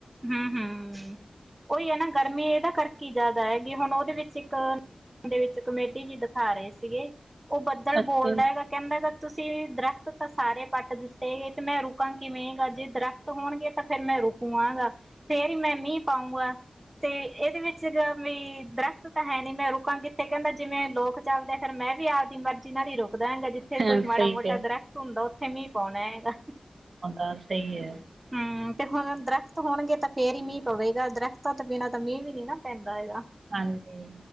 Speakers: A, on the right; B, on the right.
A: ਹਮ ਹਮ ਉਹੀ ਹੈ ਨਾ ਗਰਮੀਂ ਇਹਦਾ ਕਰਕੇ ਜ਼ਿਆਦਾ ਹੈਗੀ ਹੁਣ ਉਹਦੇ ਵਿੱਚ ਇੱਕ ਦੇ ਵਿੱਚ ਕਮੇਡੀ ਜੀ ਦਿਖਾ ਰਹੇ ਸੀਗੇ ਉਹ ਬੱਦਲ
B: ਅੱਛਾ
A: ਬੋਲਦਾ ਹੈਗਾ ਕਹਿੰਦਾ ਹੈਗਾ ਤੁਸੀਂ ਦਰਖ਼ਤ ਤਾਂ ਸਾਰੇ ਪੱਟ ਦਿੱਤੇ ਗਏ ਤੇ ਮੈਂ ਰੁਕਾਂ ਕਿਵੇਂ ਗਾ ਜੇ ਦਰਖ਼ਤ ਹੋਣਗੇ ਤਾਂ ਫਿਰ ਮੈਂ ਰੁਕੂ ਆਗਾ ਫਿਰ ਹੀ ਮੈਂ ਮੀਂਹ ਪਾਊਂਗਾ ਤੇ ਇਹਦੇ ਵਿੱਚ ਗਾ ਵੀ ਦਰਖਤ ਤਾਂ ਹੈ ਨੀ ਮੈਂ ਰੁਕਾਂ ਕਿੱਥੇ ਕਹਿੰਦਾ ਜਿਵੇਂ ਲੋਕ ਚੱਲਦੇ ਫ਼ਿਰ ਮੈਂ ਵੀ ਆਵਦੀ ਮਰਜ਼ੀ ਨਾਲ ਹੀ ਰੋਕ ਦਾਂਗਾ ਜਿੱਥੇ
B: ਹਾਂ
A: ਕੋਈ ਮਾੜਾ
B: ਸਹੀ
A: ਮੋਟਾ
B: ਕਿਹਾ
A: ਦਰਖ਼ਤ ਹੁੰਦਾ ਉੱਥੇ ਮੀਂਹ ਪਾਉਣਾ ਹੈਗਾ
B: ਗਲ਼ ਸਹੀ ਐ
A: ਹੂੰ ਤੇ ਹੁਣ ਦਰਖਤ ਹੋਣਗੇ ਤਾਂ ਫੇਰ ਹੀ ਮੀਂਹ ਪਵੇਗਾ ਦਰਖਤਾਂ ਤੋ ਬਿਨਾਂ ਤਾਂ ਮੀਂਹ ਵੀ ਨੀ ਨਾ ਪੈਂਦਾ ਹੈਗਾ
B: ਹਾਂਜੀ